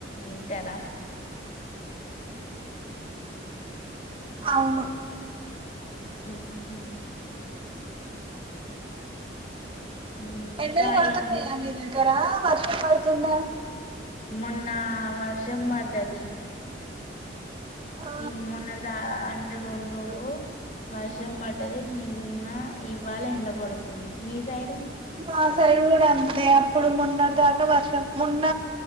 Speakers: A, on the left; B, on the right.
A: ఇంటరా
B: అవును
A: ఉ హు ఇంకా
B: ఎండలు కొడ్తున్నాయా
A: ఏం చే
B: మీ దగ్గరా వర్షం పడ్తుందా
A: మొన్నా వర్షం పడ్డది
B: ఆ
A: ఈ మొన్న దా అంటే రెండ్రోలు వర్షం పడ్డది నిన్న ఇవాల ఎండగొడ్తుంది మీ సైడు
B: మా సైడ్ కూడా అంతే అప్పుడు మోన్నడ్దాకా వర్షం మొన్న